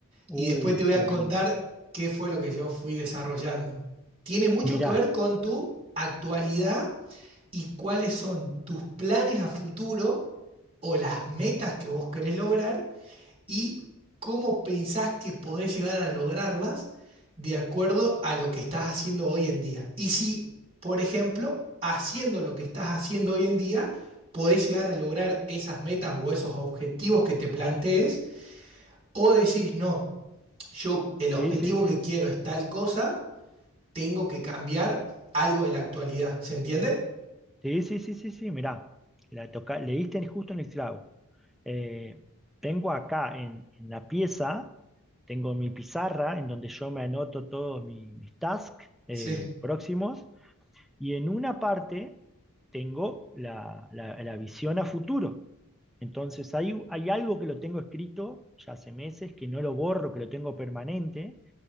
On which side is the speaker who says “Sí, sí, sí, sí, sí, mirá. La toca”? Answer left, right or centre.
Centre